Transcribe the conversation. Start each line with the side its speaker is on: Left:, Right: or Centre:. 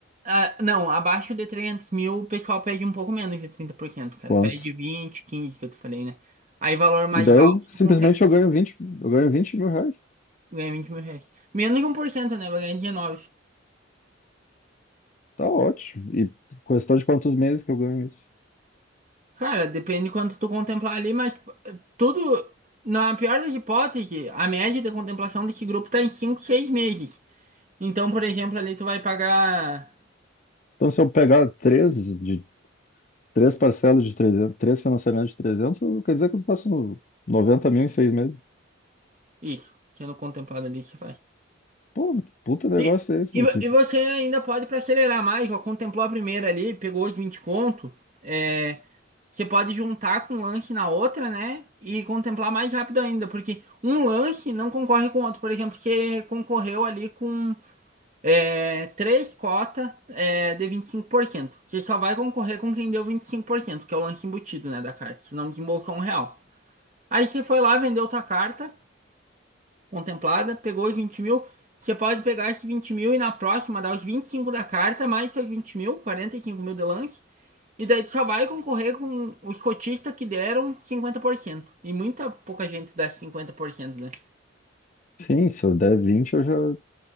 Right: Ah, não, abaixo de 300 mil o pessoal pede um pouco menos de 30%, cara.
Left: Quanto?
Right: Pede 20, 15 que eu te falei, né? Aí valor mais
Left: E daí
Right: alto,
Left: eu simplesmente
Right: tu consegue
Left: eu ganho vinte eu ganho 20 mil reais.
Right: ganhar 20 mil reais. Menos de um por cento, né? Vai ganhar 19.
Left: Tá ótimo. E questão de quantos meses que eu ganho isso.
Right: Cara, depende de quanto tu contemplar ali, mas eh, tudo, na pior das hipóteses, a média de contemplação desse grupo tá em 5, 6 meses. Então, por exemplo, ali tu vai pagar
Left: Então, se eu pegar três de Três parcelas de 300, três financiamentos de 300, quer dizer que eu faço 90 mil em seis meses.
Right: isso, sendo contemplado ali, você faz.
Left: Pô, que puta negócio
Right: E,
Left: é esse?
Right: e,
Left: Eu
Right: vo-
Left: te-
Right: e você ainda pode para acelerar mais, ó, contemplou a primeira ali, pegou os 20 conto, é, você pode juntar com um lanche na outra, né? E contemplar mais rápido ainda, porque um lanche não concorre com o outro. Por exemplo, você concorreu ali com é, três cotas é, de 25%, Você só vai concorrer com quem deu 25%, que é o lanche embutido, né, da carta, senão desembolsou um real. Aí você foi lá, vendeu tua carta, contemplada, pegou os 20 mil. Você pode pegar esses 20 mil e na próxima dar os 25 da carta, mais seus 20 mil, 45 mil de lance. E daí tu só vai concorrer com os cotistas que deram cinquenta por cento E muita pouca gente dá 50%, né?
Left: Sim, se eu der 20, eu já,